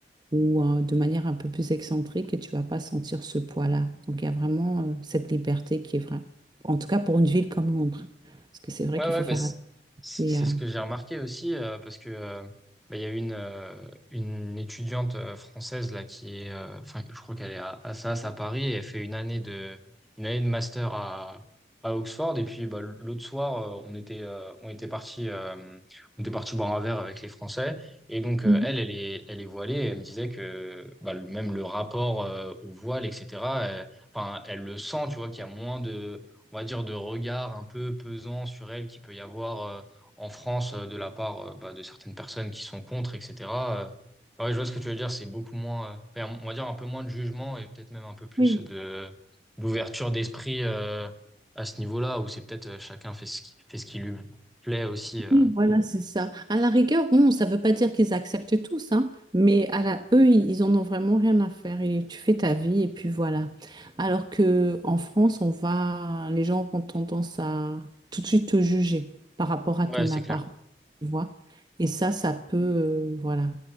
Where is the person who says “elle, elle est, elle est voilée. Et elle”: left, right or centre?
Centre